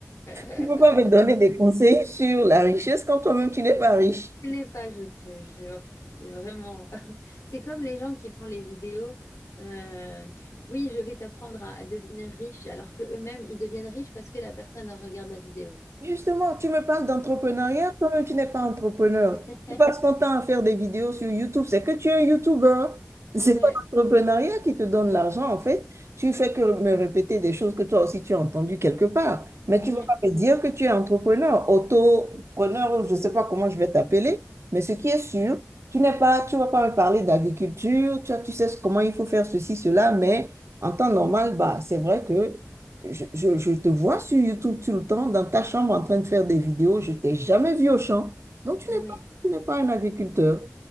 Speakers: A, on the left (about 80°); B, on the right (about 65°).
A: je-
B: Tu ne peux
A: <laughs>
B: pas me donner des conseils sur la richesse quand toi-même tu n'es pas riche.
A: Je l'ai pas, je te jure. Vraiment. <laughs> C'est comme les gens qui font les vidéos. euh, oui, je vais t'apprendre à, à devenir riche, alors que eux-mêmes, ils deviennent riches parce que la personne regarde la vidéo.
B: Justement, tu me parles d'entrepreneuriat, toi-même tu n'es pas entrepreneur.
A: <laughs>
B: Tu passes ton temps à faire des vidéos sur YouTube, c'est que tu es un YouTuber. C'est
A: Ouais,
B: pas l'entrepreneuriat qui te donne l'argent en fait. Tu fais que me répéter des choses que toi aussi tu as entendues quelque part. Mais
A: ouais,
B: tu ne vas pas me dire que tu es entrepreneur, autopreneur ou je ne sais pas comment je vais t'appeler. Mais ce qui est sûr, tu n'es pas, tu vas pas me parler d'agriculture, tu, tu sais comment il faut faire ceci, cela, mais en temps normal, bah, c'est vrai que je, je- je te vois sur YouTube tout le temps, dans ta chambre en train de faire des vidéos. Je t'ai jamais vu au champ. Donc, tu
A: ouais,
B: n'es pas, tu n'es pas un agriculteur.